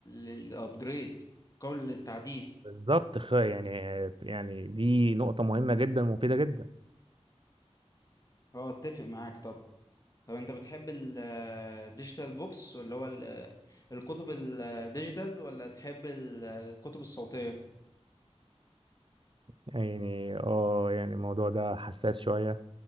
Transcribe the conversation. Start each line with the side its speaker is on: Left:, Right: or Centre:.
Left: للابجريد قابل للتعديل
Right: بالظبط خ- يعني يعني دي نقطة مهمة جدا ومفيدة جدا
Left: هو اتفق معاك طبعا طب انت بتحب الديجيتال بوكس واللي هو ال- الكتب الديجيتال ولا تحب ال- الكتب الصوتية
Right: يعني اه يعني الموضوع ده حساس شوية